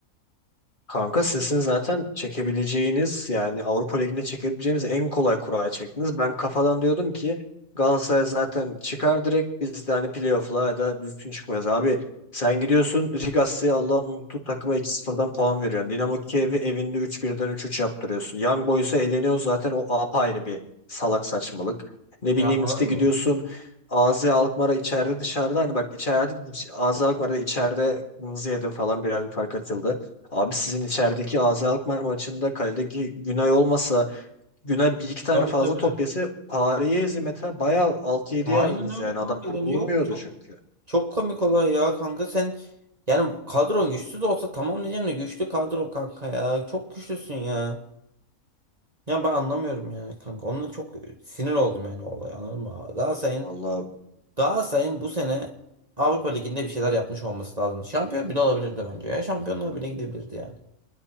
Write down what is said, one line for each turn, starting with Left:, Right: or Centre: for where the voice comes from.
Left: Kanka sizin zaten çekebileceğiniz yani Avrupa Ligi'ne çekebileceğiniz en kolay kuraya çektiniz. Ben kafadan diyordum ki Galatasaray zaten çıkar direkt biz de hani playoff'la ya da düzgün çıkmayız. Abi sen gidiyorsun Rigassi'ye Allah'ın unuttuğu takıma 2-0'dan puan veriyorsun. Dinamo Kiev'i evinde 3-1'den 3-3 yaptırıyorsun. Young Boys'a eleniyor zaten o apayrı bir salak saçmalık. Ne
Right: Ya
Left: bileyim
Right: anladın
Left: işte gidiyorsun
Right: mı?
Left: AZ Alkmaar'a içeride dışarıda hani bak içeride AZ Alkmaar'da içeride kırmızı yedim falan birazcık fark atıldı. Abi sizin içerideki AZ Alkmaar maçında kaledeki Günay olmasa Günay bir iki tane
Right: Tabii
Left: fazla
Right: tabii.
Left: top yese Paris'i hizmete bayağı altı yedi
Right: Aynen
Left: yerdiniz
Right: öyle
Left: yani.
Right: kanka
Left: Adamlar
Right: yani
Left: durmuyordu
Right: yok çok
Left: çünkü.
Right: çok komik olay ya kanka sen yani kadron güçsüz de olsa tamam diyeceğim de güçlü kadro kanka ya çok güçlüsün ya. Ya ben anlamıyorum yani kanka onunla çok sinir oldum yani o olay anladın mı? Galatasaray'ın
Left: Vallahi
Right: Galatasaray'ın bu sene Avrupa Ligi'nde bir şeyler yapmış olması lazım. Şampiyon bile olabilirdi bence ya şampiyonluğa bile gidebilirdi yani.